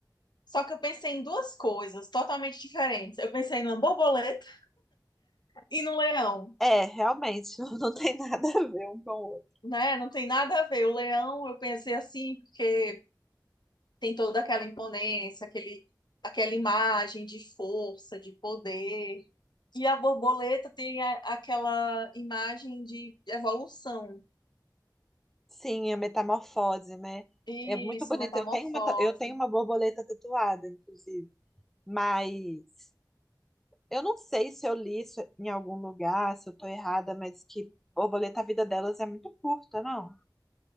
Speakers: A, on the left (about 65°); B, in the centre.
A: Só que eu pensei em duas coisas totalmente diferentes. Eu pensei numa borboleta e no leão,
B: É, realmente, <laughs> não tem nada a ver um com o outro.
A: né? Não tem nada a ver. O leão, eu pensei assim, porque tem toda aquela imponência, aquele, aquela imagem de força, de poder. E a borboleta tem a- aquela imagem de evolução.
B: Sim, a metamorfose, né?
A: Isso,
B: É muito bonito.
A: metamorfose.
B: Eu tenho uma, ta- eu tenho uma borboleta tatuada, inclusive. Mas eu não sei se eu li isso em algum lugar, se eu tô errada, mas que borboleta, a vida delas é muito curta, não?